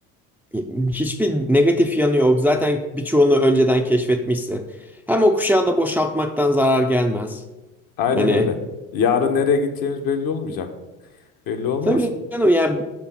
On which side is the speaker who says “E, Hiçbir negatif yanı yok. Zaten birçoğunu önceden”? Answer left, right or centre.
Centre